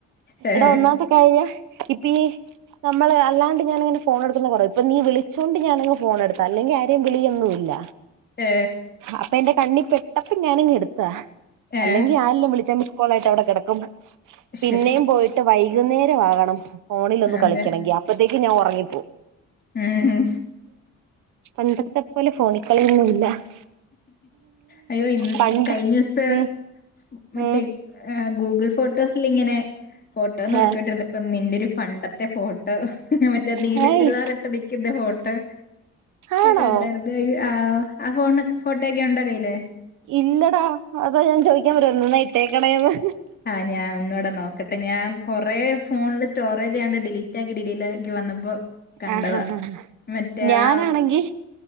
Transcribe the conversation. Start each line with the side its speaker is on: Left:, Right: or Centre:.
Left: ഏ,
Right: എടാ ഒന്നാമത്തെ കാര്യം ഇപ്പ ഈ നമ്മള് അല്ലാണ്ട് ഞാനങ്ങനെ ഫോൺ എടുക്കുന്ന കുറവാ ഇപ്പൊ നീ വിളിച്ചോണ്ട് ഞാനങ്ങ് ഫോൺ എടുത്താ അല്ലെങ്കിൽ ആരെയും വിളിയൊന്നും ഇല്ല
Left: ഏ,
Right: അപ്പൊ എന്റെ കണ്ണി- കെട്ടപ്പോ ഞാനിങ് എടുത്തു അതാ
Left: ഏ,
Right: അല്ലെങ്കിൽ ആരെല്ലാം വിളിച്ചാലും കോളായിട്ട് അവിടെ കിടക്കും പിന്നെയും
Left: ശ്ശ്.
Right: പോയിട്ട് വൈകി- ഇന്നേരം ആകണം ഫോണിൽ ഒന്നുകളിക്കണെങ്കിൽ
Left: അതെ
Right: അപ്പത്തേക്ക് ഞാൻ ഉറങ്ങി
Left: ഉം.
Right: പണ്ടത്തെ പോലെ ഫോണിക്കളിയൊന്നും ഇല്ല <inaudible>
Left: അയ്യോ ഇന്ന്
Right: പണ്ട്
Left: കഴിഞ്ഞ ദിവസം
Right: ഉം
Left: മറ്റേ
Right: ഉം
Left: ഗൂഗിൾ ഫോട്ടോസിൽ ഇങ്ങനെ ഫോട്ടോ നോക്കികൊണ്ടിരുന്നപ്പ
Right: ഹ
Left: നിന്റെ ഒരു പണ്ട- ത്തെ ഫോട്ടോ മറ്റേ നീലച്ചുരിദാർ
Right: ഹയ്
Left: ഇട്ട് നിൽക്കുന്ന ഫോട്ടോ
Right: ആണോ
Left: കണ്ടിരുന്ന് ആ ആ ഫോണ് ഇതൊക്കേ ഉണ്ട കയ്യിലേ
Right: ഇല്ലടാ അതാ ഞാൻ ചോദിക്കാൻ വരേർന്നു ഇന്നാ ഇട്ടേക്കണേന്ന്
Left: ആ ഞാൻ ഒന്നൂടെ നോക്കട്ടെ ഞാൻ കൊറേ ഫോണില് സ്റ്റോറേജ് ആയോണ്ട് ഡിലീറ്റ് ആക്കി ഡില്ലീ- എനിക്ക് വന്നപ്പോ കണ്ടതാ.
Right: ആഹ് ഹാ ഹാ ആ
Left: മറ്റേ
Right: ഞാനാണെങ്കി
Left: ആ